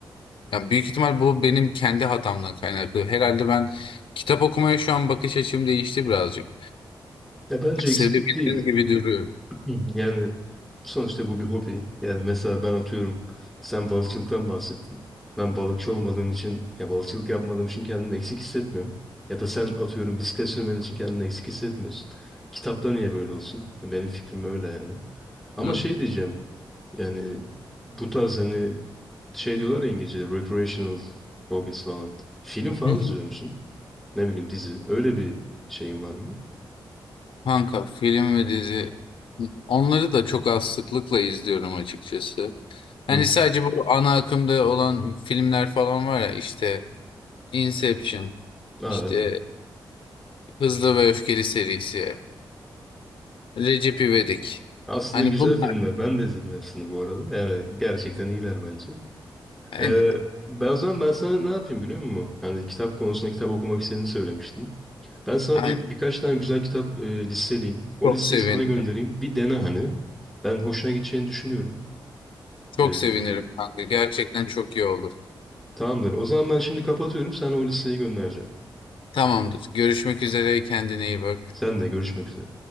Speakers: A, on the left; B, in the centre.
A: ya büyük ihtimal bu benim kendi hatamdan kaynaklı. Herhalde ben kitap okumaya şu an bakış açım değişti birazcık.
B: Ya bence
A: Sevebilirim
B: eksiklik değil.
A: gibi duruyor.
B: Hı hı. Yani sonuçta bu bir hobi. Yani mesela ben atıyorum sen balıkçılıktan bahsettin. Ben balıkçı olmadığım için ya balıkçılık yapmadığım için kendimi eksik hissetmiyorum. Ya da sen atıyorum bisiklet sürmen için kendini eksik hissetmiyorsun. Kitapta niye böyle olsun? Ya Benim fikrim öyle yani. Ama
A: Hı.
B: şey diyeceğim yani bu tarz hani şey diyorlar ya İngilizce'de recreational hobbies falan. Film falan
A: <laughs>
B: izliyor musun? Ne bileyim dizi. Öyle bir şeyin var mı?
A: Kanka film ve dizi onları da çok az sıklıkla izliyorum açıkçası. Hani
B: Hı hı.
A: sadece bu ana akımda olan filmler falan var ya işte Inception,
B: Aa,
A: işte
B: evet.
A: Hızlı ve Öfkeli serisi, Recep İvedik.
B: Aslında
A: Hani
B: güzel
A: bunlar
B: filmler. Ben de izledim hepsini bu arada. Yani gerçekten iyiler bence.
A: aynen,
B: Ee, ben o zaman ben sana ne yapayım biliyor musun? Hani kitap konusunda kitap okumak istediğini söylemiştin. Ben sana
A: aynen.
B: böyle birkaç tane güzel kitap e, listeleyeyim. O
A: Çok
B: listeyi
A: sevinirim.
B: sana göndereyim. Bir dene hani. Ben hoşuna gideceğini düşünüyorum.
A: Çok
B: Ee,
A: sevinirim kanka. Gerçekten çok iyi olur.
B: tamamdır. O zaman ben şimdi kapatıyorum. Sana o listeyi göndereceğim.
A: Tamamdır. Görüşmek üzere. Kendine iyi bak.
B: Sen de görüşmek üzere.